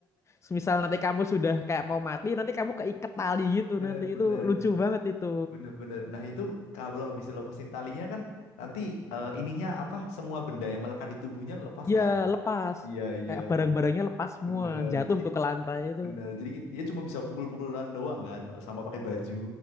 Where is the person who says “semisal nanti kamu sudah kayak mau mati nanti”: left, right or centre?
Left